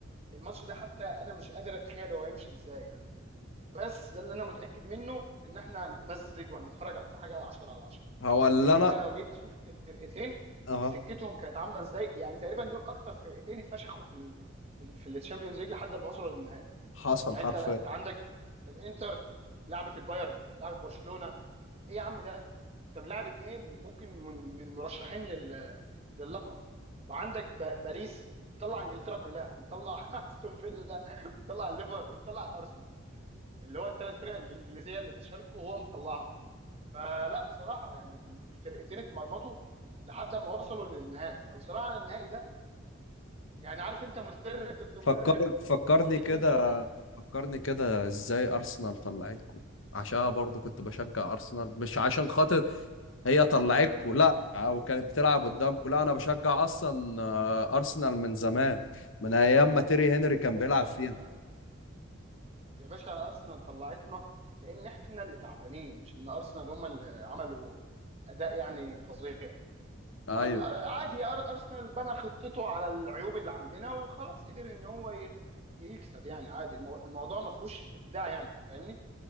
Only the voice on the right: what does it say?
الماتش ده حتى انا مش قادر اتخيل هو هيمشي ازاي يعني بس ده اللي انا متاكد منه ان احنا هنتمزج وهنتفرج على حاجه 10 على 10
لان
انت لو جيت شفت الفرقتين
سكتهم كانت عامله ازاي يعني تقريبا دول اكتر فرقتين اتفشخوا في ال... في, ال... في الشامبيونز ليج لحد ما وصلوا للنهائي
يعني
انت انت عندك الانتر لعبت البايرن لعبت برشلونه ايه يا عم ده انت ملاعب اتنين ممكن من من مرشحين لل... لللقب وعندك ب... باريس مطلع انجلترا كلها مطلع <laughs> استون فيلا مطلع الليفر ومطلع الارسنال اللي هو الثلاث فرق الانجليزيه اللي شاركوا هو مطلعهم فلا بصراحه يعني الفرقتين اتمرمطوا لحد ما وصلوا للنهائي فبصراحه النهائي ده يعني عارف انت مدرب ضد مدرب
الاتنين
تقال
يا
باشا
يا باشا ارسنال طلعتنا لان احنا اللي تعبانين مش ان ارسنال هم اللي عملوا اداء يعني فظيع
أر- أر- عادي أر- ارسنال بنى خطته على العيوب اللي عندنا وخلاص قدر ان هو ي- يكسب يعني عادي المو- الموضوع ما فيهوش ابداع يعني فاهمني